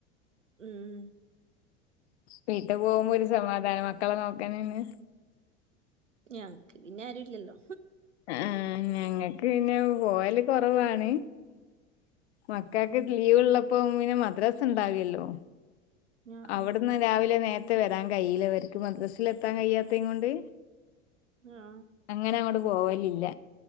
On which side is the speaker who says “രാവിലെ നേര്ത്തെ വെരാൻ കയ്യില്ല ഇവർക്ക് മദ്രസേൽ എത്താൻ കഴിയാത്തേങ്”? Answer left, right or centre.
Left